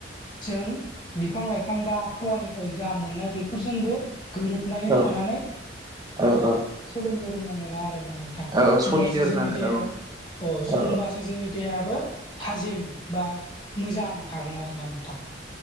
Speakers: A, on the left (about 25°); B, on the right (about 20°).
A: जों बिफां लाइफां बा आबहावानिफ्राय जा मोननाय बेफोरजोंबो गोरोब हाबनानै
B: औ
A: थानानै
B: औ औ
A: सोलोंनो रोंनांगौ ना आरोना नोंथां।
B: औ
A: होमब्लासो
B: औ सलिनो रोंनांगोन
A: जोंनि देहाया
B: औ
A: अ' जों
B: औ
A: होमबासो जोंनि देहायाबो थाजिम बा मोजां थागोन आरोना नोंथां।